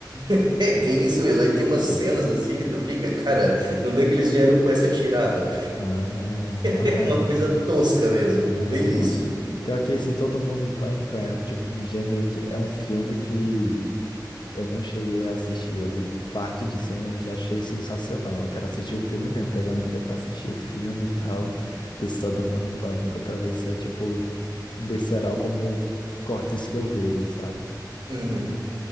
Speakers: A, on the right; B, on the left.
A: <laughs> É bem isso mesmo. Aí tem umas
B: Ah,
A: cenas assim que tu fica, cara, não é que eles vieram com essa tirada?
B: ah, não
A: É
B: é.
A: uma coisa tosca mesmo, bem
B: É,
A: isso.
B: mas. Pior que esse Todo Mundo em Pânico é um tipo um gênero que. É um filme que. Eu não cheguei a assistir, eu vi parte de cena e já achei sensacional. Eu quero assistir o filme mesmo, pegar um dia pra assistir o filme e tal, desse Todo Mundo em Pânico, pra ver se é tipo besteirol como cortes que eu vejo, sabe?
A: Uhum.